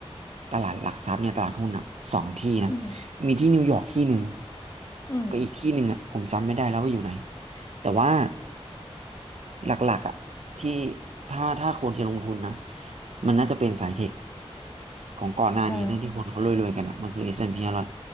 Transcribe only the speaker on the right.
ตลาดหลักทรัพย์เนี่ยตลาดหุ้นอ่ะสองที่นะ
มีที่นิวยอร์กที่หนึ่ง
ก็อีกที่หนึ่งอ่ะผมจำไม่ได้แล้วว่าอยู่ไหนแต่ว่า หลักๆอ่ะที่ถ้าถ้าคนจะลงทุนนะมันน่าจะเป็นสายเทคของก่อนหน้านี้น่นที่คนเขารวยๆกันอ่ะมันคือ
S&P 500